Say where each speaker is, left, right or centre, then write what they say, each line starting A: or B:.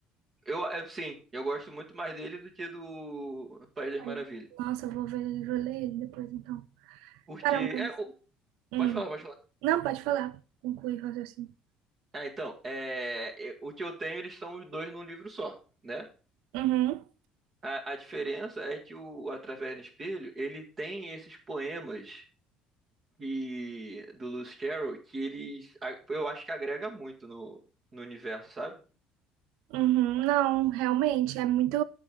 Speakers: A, on the right; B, on the right.
A: Eu, é, sim, eu gosto muito mais dele do que do País das
B: Ai,
A: Maravilhas.
B: Nossa, eu vou ver, vou ler ele depois então.
A: Porque
B: Caramba.
A: é, o-
B: Hum.
A: pode falar, pode falar.
B: Não, pode falar. Conclui o raciocínio.
A: Ah, então, é, é, o que eu tenho, eles são os dois num livro só, né?
B: Uhum.
A: A, a diferença é que o Através do Espelho, ele tem esses poemas e do Lewis Carroll que eles a- eu acho que agrega muito no, no universo, sabe?
B: Uhum. Não, realmente, é muito.